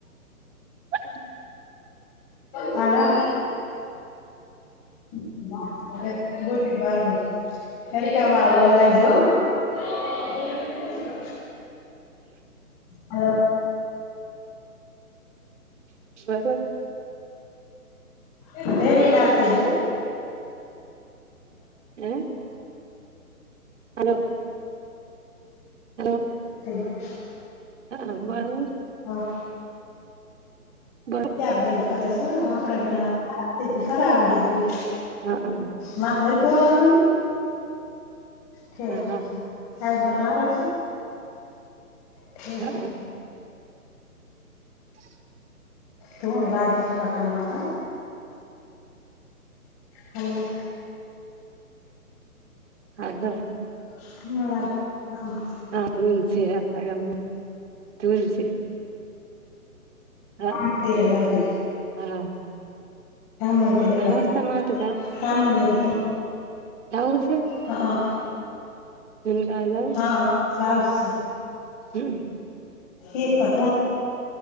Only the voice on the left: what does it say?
હાલો. <unintelligible> <unintelligible> હલો
<unintelligible> <unintelligible> તાર થઈ
ગયા
હા
તાયાર બેન કરે છે આપડેને હરાવડી જોઈ
હાથે સરખો ઓળા છે
હ બરો હર હમ
તોડ લાગે આપલા ગામમાં ક હલો
<unintelligible>
હ મંદીરે લાગે
રામ <unintelligible>
હા
હ <unintelligible>
એકમાં તુ